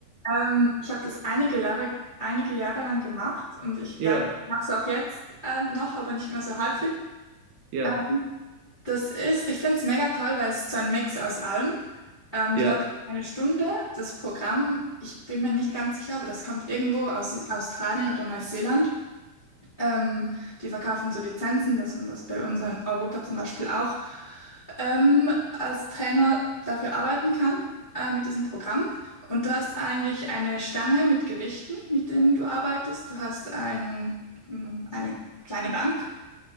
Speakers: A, on the left; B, on the right.
A: Ähm, ich habe das einige Jahre, einige Jahre lang gemacht und ich,
B: Ja,
A: ja, mache es auch jetzt ähm, noch, aber nicht mehr so häufig.
B: ja,
A: Ähm, das ist, ich finde es mega toll, weil es so ein Mix aus allem. Ähm,
B: ja,
A: du hast eine Stunde, das Programm, ich bin mir nicht ganz sicher, aber das kommt irgendwo aus I- Australien oder Neuseeland. Ähm, die verkaufen so Lizenzen, dass man das bei uns in Europa zum Beispiel auch ähm, als Trainer dafür arbeiten kann, äh, mit diesem Programm. Und du hast eigentlich eine Stange mit Gewichten, mit denen du arbeitest. Du hast ein, mm, eine kleine Bank,